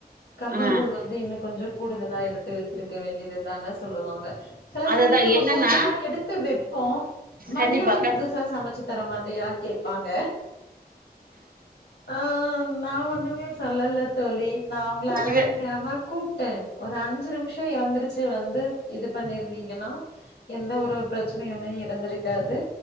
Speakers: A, on the left; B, on the right.
A: கம்பங்கூழ்
B: ஆ
A: வந்து இன்னு கொஞ்சோ கூடுதலா எடுத்து வச்சிருக்க வேண்டியது தானே சொல்லுவாங்க சில
B: அதுதா
A: சமயோ நம்ப
B: என்னன்னா
A: கூடுதலா எடுத்து வெப் போ மதியோ
B: கண்டிப்பா
A: நீ
B: க
A: புதுசா சமச்சு தர மாட்டியா கேப்பாங்க ஆ நா ஒன்னுமே சொல்லல தோழி நா உங்கள அர
B: இது
A: மணி நேரமா கூப்டே ஒரு அஞ்சு நிம்ஷோ எழுந்திருச்சு வந்து இது பண்ணிருந்தீங்கன்னா எந்த ஒரு பிரச்சனயுமே இருந்திருக்காது